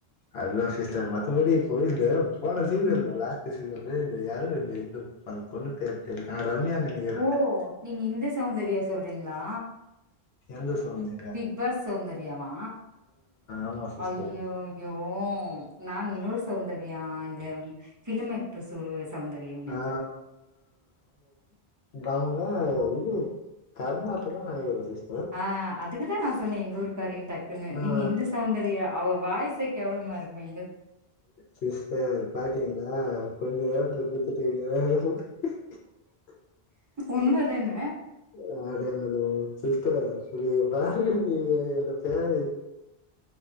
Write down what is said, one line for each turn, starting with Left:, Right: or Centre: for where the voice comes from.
Left: அதுதா சிஸ்டர் மத்தபடி போய்ருந்து போன சீன்
Right: ம்
Left: இருக்கோல்ல த்த சீசன்ல இந்த யாரும் இங்க இந்த அந் பொண்ணு பேர் தெர்ல ஆ ரம்யா நினைக்கிறே
Right: ஓ நீங்க இந்த சௌந்தரியா சொல்றிங்ளா
Left: எந்த செளந்து
Right: பிக் பாஸ் சௌந்தர்யாவா
Left: ஆமா சிஸ்டர்
Right: அய்யோ யோ நா இன்னொரு சௌந்தர்யா இந்த பிலிமேக் ட்விஸ்ட் உள்ள சௌந்தர்யா நென்ச்சிட்டே
Left: ஆ அவுங்ளா இது கர்மாத்தூர் தா நெனைக்கிற சிஸ்
Right: ஆ அதுக்குதா நா சொன்னே எங்கூருக்காரின் டக்குன்னு
Left: ஆ
Right: நீங்க இந்த செளந்தர் யா அவ வாய்சே கேவலமாருக்குமே
Left: சிஸ்டர் பாத்திங்ளா கொஞ்ச நேரத்துல குத்திட்டிங்க <unintelligible>
Right: உண்மதான
Left: ப்ரோ சிஸ்டர் இவுங்க ஃபேவரட் இல்ல இவுங்க ஃபேனு